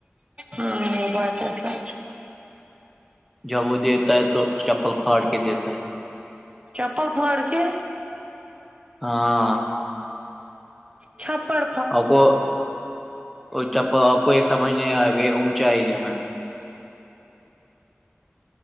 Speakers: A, on the right (about 30°); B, in the centre.
A: ہوں وہ بات ہے سچ
B: جب وہ دیتا ہے تو چپل پھاڑ کے دیتا ہے
A: چپل پھوڑ کے
B: ہاں
A: چھاپڑ
B: آپ کو چپ آپ کو یہ سمج نہیں آئے گا اونچے آلے میں